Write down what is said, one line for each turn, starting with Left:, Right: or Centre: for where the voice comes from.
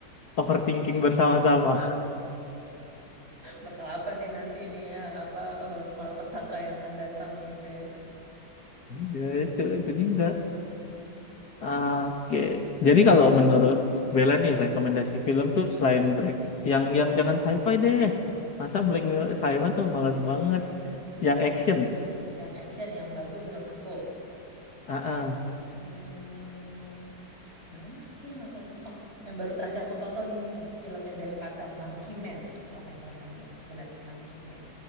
Left: Overthinking bersama-sama.
Right: bakal apa nih nanti nih ya, apa eh, malapetaka yang akan datang gitu ya.
Left: Iya itu itu juga. Oke. Jadi kalau menurut Bella nih rekomendasi film tuh selain Black yang yang jangan sci-fi deh. Masa Black Mirror sci-fi tuh malas banget.
Right: Gitu.
Left: Yang action.
Right: Yang action yang bagus menurut aku.
Left: Ah, ah.
Right: Hmm, banyak sih yang akhir-akhir. Oh, yang baru terakhir aku tonton ini nih, filmnya Dev Patel, Monkey Man. Kalau nggak salah namanya, bener, Monkey Man.